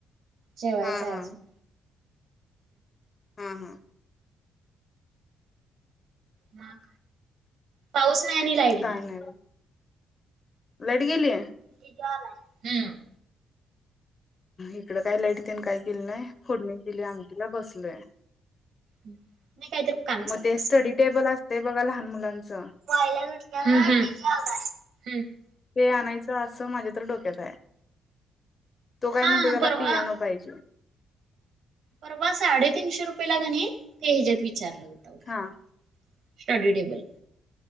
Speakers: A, on the right; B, on the left.
A: जेवायच
B: हा
A: आहे
B: हा
A: अजून.
B: हा हा
A: मग पाऊस नाही आणि लाईट
B: काय
A: गेली.
B: नाही बघ. लाईट गेली आहे.
A: ती जालय
B: इकडं काय लाईट तेन काय गेली नाही, फोडणीच दिल्या आमटीला बसलोय.
A: नाही काहीत काम झालं.
B: मग ते स्टडी टेबल असत बघा लहान मुलांच.
A: हम्म हम्म, हम्म हम्म.
B: ते आणायचं असं माझ्या तर डोक्यात आहे. तो काय
A: हा
B: म्हणतो त्याला
A: परवा
B: पियानो. पाहिजे.
A: परवा साडेतीनशे रुपयेला कनई ते ह्याच्यात विचारलं होतं. बघा
B: हा
A: स्टडी टेबल